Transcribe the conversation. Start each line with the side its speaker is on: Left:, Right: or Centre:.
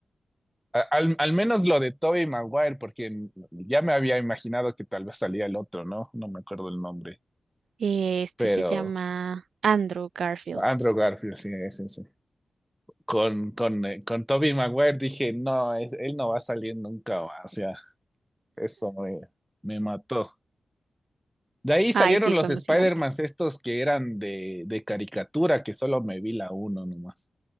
Centre: Al, al menos lo de Tobey Maguire, porque ya me había imaginado que tal vez salía el otro, ¿no? No me acuerdo el nombre,
Right: Eh, Este
Centre: pero
Right: se llama Andrew Garfield.
Centre: Andrew Garfield, sí, sí, sí. Con, con, eh, con Tobey Maguire dije, no, es- él no va a salir nunca, más, o sea, eso me, me mató. De ahí salieron
Right: Ay, sí,
Centre: los
Right: fue emocionante.
Centre: Spider-Man estos que eran de, de caricatura, que solo me vi la uno nomás.